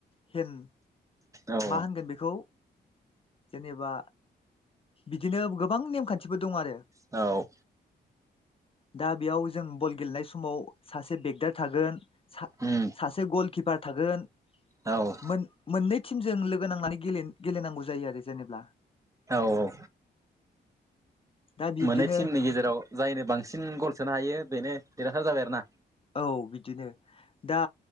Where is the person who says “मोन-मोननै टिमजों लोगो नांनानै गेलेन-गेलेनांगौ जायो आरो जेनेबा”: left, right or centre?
Left